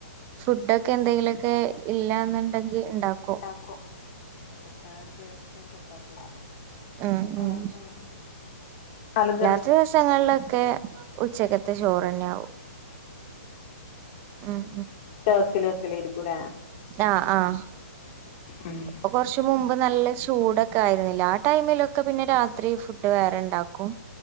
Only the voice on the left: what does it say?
അക്കോ എടക്കാലദിവസം സം ചപ്പാത്തിവേണം
മം
മം മം നാലഞ്ചെണ്ണം
അക്കൽ വെക്കല ഇരിക്കൂലേ
ഉം